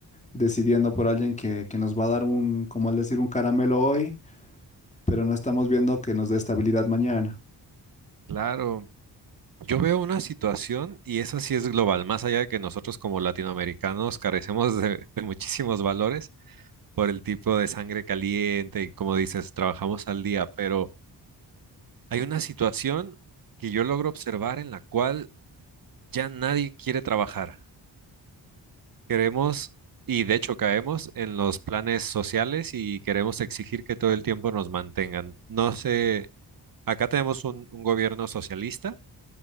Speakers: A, on the left (about 15°); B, on the right (about 50°).
A: decidiendo por alguien que, que nos va a dar un, como al decir, un caramelo hoy, pero no estamos viendo que nos dé estabilidad mañana.
B: Claro. Yo veo una situación y esa sí es global, más allá de que nosotros como latinoamericanos carecemos de de muchísimos valores. por el tipo de sangre caliente y como dices, trabajamos al día, pero hay una situación que yo logro observar en la cual ya nadie quiere trabajar. Queremos, y de hecho caemos en los planes sociales y queremos exigir que todo el tiempo nos mantengan. No sé, acá tenemos un, un gobierno socialista